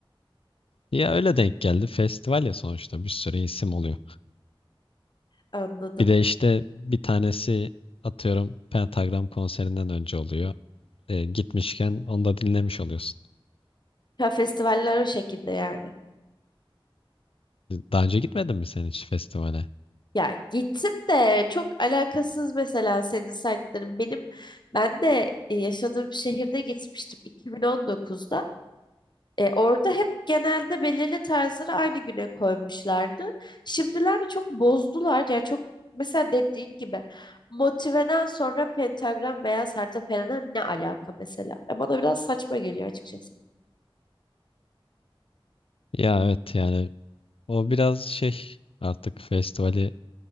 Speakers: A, on the left; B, on the left.
A: Ya öyle denk geldi. Festival ya sonuçta bir sürü isim oluyor.
B: anladım.
A: Bir de işte bir tanesi atıyorum Pentagram konserinden önce oluyor. Eee, gitmişken onu da dinlemiş oluyorsun.
B: Ya festivaller o şekilde yani.
A: Daha önce gitmedin mi sen hiç festivale?
B: Ya gittim de çok alakasız mesela senin saydıkların. Benim ben de e, yaşadığım şehirde gitmiştim 2019'da. E, orada hep genelde belirli tarzları aynı güne koymuşlardı. Şimdilerde çok bozdular. Yani çok mesela dediğin gibi motiveden sonra pentagram veya sertepereler ne alaka mesela? E, bana biraz saçma geliyor açıkçası.
A: Ya evet yani o biraz şey artık festivali